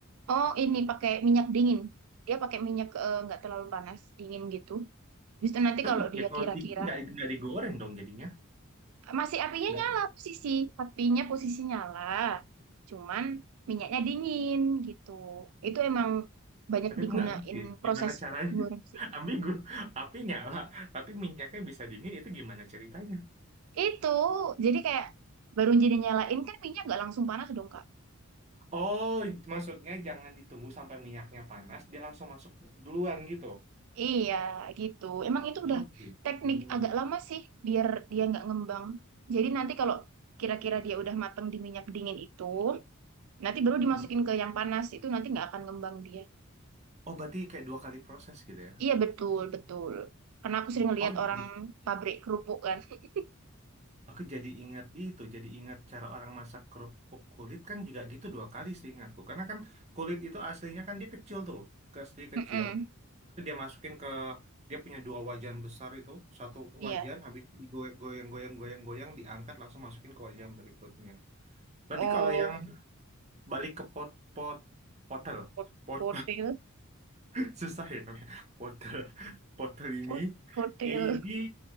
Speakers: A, on the right; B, on the right.
A: Oh, ini pakai minyak dingin. Dia pakai minyak eh, nggak terlalu panas, dingin gitu. Habis itu nanti
B: Terus
A: kalau dia
B: ya kalau
A: kira-kira
B: dingin nggak nggak digoreng dong jadinya.
A: masih apinya
B: Nggak,
A: nyala posisi, apinya posisi nyala. Cuman minyaknya dingin gitu. Itu emang banyak
B: tapi
A: digunain
B: aku nggak ngerti ya,
A: proses
B: gimana caranya.
A: goreng sih.
B: ambigu api nyala tapi minyaknya bisa dingin itu gimana ceritanya
A: Itu jadi kayak baru jadi nyalain kan minyak nggak langsung panas dong, Kak.
B: oh maksudnya jangan ditunggu sampai minyaknya panas dia langsung masuk duluan gitu
A: Iya, gitu. Emang itu udah
B: Oh gitu.
A: teknik agak lama sih, biar dia nggak ngembang. Jadi nanti kalau kira-kira dia udah mateng di minyak dingin itu, nanti baru
B: Mm-mm.
A: dimasukin ke yang panas, itu nanti nggak akan ngembang dia.
B: oh berarti kayak dua kali proses gitu ya
A: Iya, betul, betul. Karena aku sering
B: Oh.
A: lihat
B: oh
A: orang
B: jadi
A: pabrik kerupuk kan. <laughs>
B: aku jadi ingat itu jadi ingat cara orang masak kerupuk kulit kan juga gitu dua kali sih ingatku karena kan kulit itu aslinya kan dia kecil tuh asli kecil
A: Mm-mm,
B: Itu dia masukin ke dia punya dua wajan besar itu satu
A: Iya.
B: wajan habis itu digoyang goyang goyang goyang diangkat langsung masukin ke wajan berikutnya berarti
A: Oh,
B: kalau yang balik ke pot pot potel
A: ko-
B: pot
A: kotil.
B: <laughs> susah ya namanya potel potel ini
A: Ko- Kotil.
B: ini